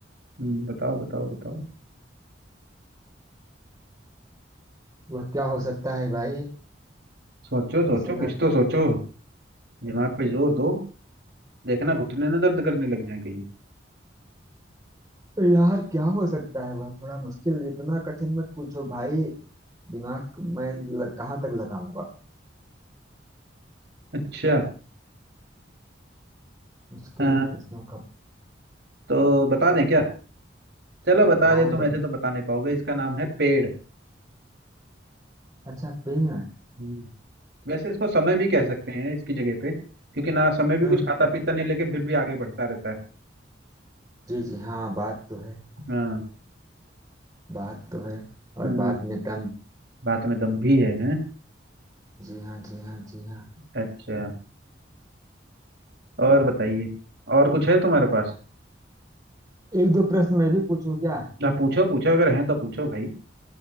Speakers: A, on the right (about 65°); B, on the right (about 20°).
A: हम्म, बताओ बताओ बताओ
B: वह क्या हो सकता है भाई
A: सोचो सोचो
B: जिसे न
A: कुछ तो सोचो दिमाग पे जोर दो देखना घुटने ना दर्द करने लग जाए कहीं
B: यार क्या हो सकता है वह थोड़ा मुश्किल इतना कठिन मत पूछो भाई दिमाग मैं लग, कहाँ तक लगाऊंगा
A: अच्छा
B: मुश्किल
A: अ,
B: है प्रश्नों का
A: तो बता दें क्या चलो बता
B: हाँ
A: दे
B: हाँ
A: तुम
B: बता
A: ऐसे तो बता नहीं पाओगे इसका नाम है पेड़
B: अच्छा पेड़
A: हम्म, वैसे इसको समय भी कह सकते हैं इसकी जगह पे क्योंकि ना समय भी
B: हम्म
A: कुछ खाता पीता नहीं लेकिन फिर भी आगे बढ़ता रहता है
B: जी जी हाँ बात तो है
A: हाँ
B: बात तो है
A: हम्म,
B: और बात में दम
A: बात में दम भी है हैं
B: जी हाँ जी हाँ जी हाँ
A: अच्छा और बताइए और कुछ है तुम्हारे पास
B: एक दो प्रश्न मैं भी पूछूं क्या
A: ना पूछो पूछो अगर है तो पूछो भाई